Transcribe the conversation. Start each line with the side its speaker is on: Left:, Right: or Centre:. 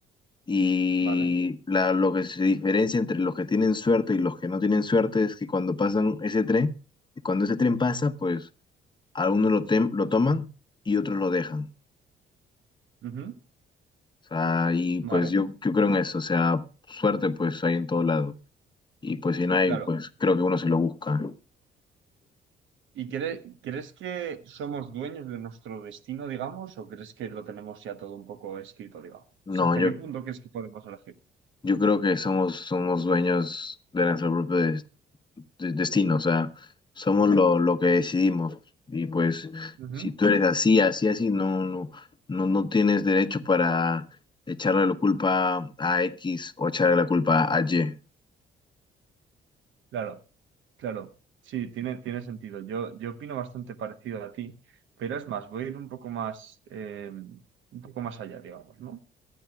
Left: Y
Right: Vale.
Left: la, lo que se diferencia entre los que tienen suerte y los que no tienen suerte es que cuando pasan ese tren, cuando ese tren pasa, pues algunos lo, tem- lo toman y otros lo dejan.
Right: Ujú,
Left: O sea, y
Right: Vale.
Left: pues yo, yo creo en eso. O sea, suerte pues hay en todo lado. Y pues si no hay,
Right: Claro.
Left: pues creo que uno se lo busca.
Right: ¿Y cre- crees que somos dueños de nuestro destino, digamos, o crees que lo tenemos ya todo un poco escrito, digamos?
Left: No,
Right: O sea, ¿hasta
Left: yo,
Right: qué punto crees que podemos elegir?
Left: Yo creo que somos, somos dueños de nuestro propio des- de- destino, o sea, somos lo, lo que decidimos. Y pues,
Right: Ujú,
Left: si tú eres así, así, así, no, no, no, no tienes derecho para echarle la culpa a X o echarle la culpa a Y.
Right: Claro, claro. Sí, tiene, tiene sentido. Yo, yo opino bastante parecido a ti, pero es más, voy a ir un poco más, eh, un poco más allá, digamos, ¿no?